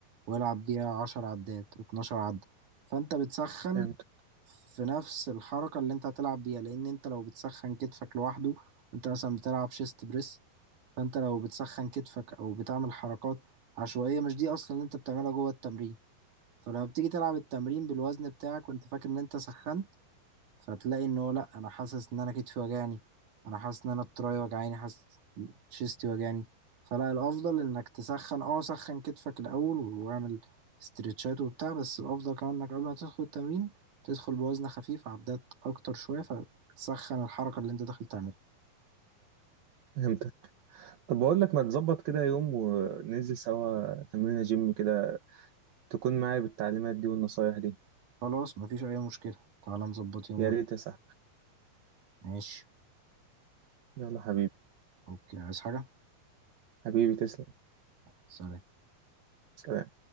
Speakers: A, on the right; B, on the right.
A: والعب بيها عشر عدات اتناشر عدة فانت بتسخن
B: فهمت
A: في نفس الحركة اللي انت هتلعب بيها لان انت لو بتسخن كتفك لوحده وانت مثلا بتلعب شيست بريس فانت لو بتسخن كتفك او بتعمل حركات عشوائية مش دي اصلا اللي انت بتعملها جوه التمرين فلما بتيجي تلعب التمرين بالوزن بتاعك وانت فاكر ان انت سخنت فتلاقي ان هو لا انا حاسس ان انا كتفي وجعني انا حاسس ان انا التراي وجعاني حاسس شيستي وجعني فلا الافضل انك تسخن اه سخن كتفك الاول واعمل استرتشات وبتاع بس الافضل كمان انك قبل ما تدخل التمرين تدخل بوزن خفيف عدات اكتر شوية فتسخن الحركة اللي انت داخل تعملها
B: فهمت طب بقول لك ما تظبط كده يوم وننزل سوا تمرينة جيم كده تكون معايا بالتعليمات دي والنصايح دي
A: خلاص مفيش اي مشكلة تعالى نظبط يوم
B: يا
A: ون-
B: ريت يا صاحبي
A: ماشي
B: يلا حبيبي
A: اوكي عايز حاجة
B: حبيبي تسلم
A: سلام
B: سلام